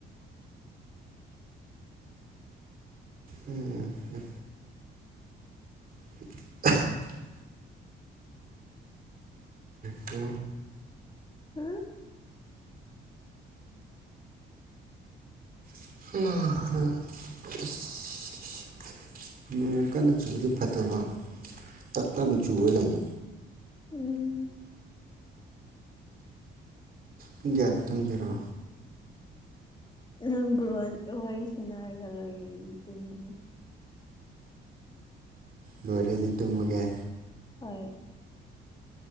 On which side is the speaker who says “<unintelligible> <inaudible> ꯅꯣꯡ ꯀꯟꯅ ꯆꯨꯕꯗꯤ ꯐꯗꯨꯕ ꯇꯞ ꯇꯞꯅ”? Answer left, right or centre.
Right